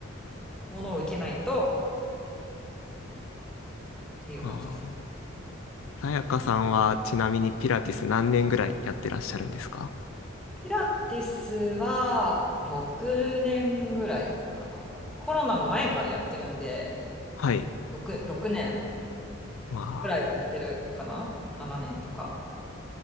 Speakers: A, in the centre; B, on the left (about 80°).
A: ものを受けないとっていう感じです。
B: ああ。さやかさんはちなみにピラティス何年ぐらいやってらっしゃるんですか
A: ピラティスは6年ぐらいかな。コロナの前からやってるんで、
B: はい。
A: 6、6年
B: まあ。
A: ぐらいはやってるかな ?7 年とか。